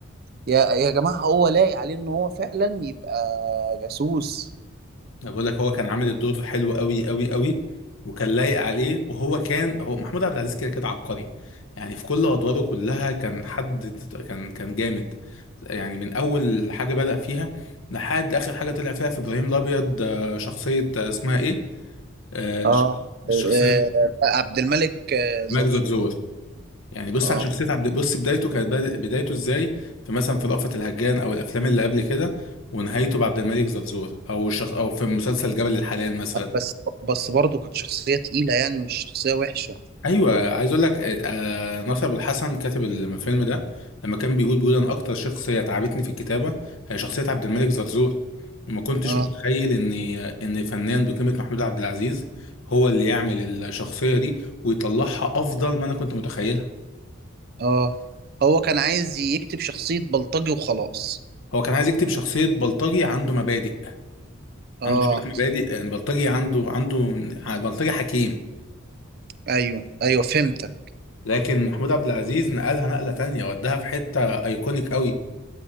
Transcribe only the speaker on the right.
يا يا جماعة هو لايق عليه ان هو فعلا يبقى جاسوس
اه
آه، عبد الملك آه، زرزور
اه
بس بس برضه كانت شخصية تقيلة يعني مش شخصية وحشة
اه
اه هو كان عايز يكتب شخصية بلطجي وخلاص
اه
ايوه ايوه فهمتك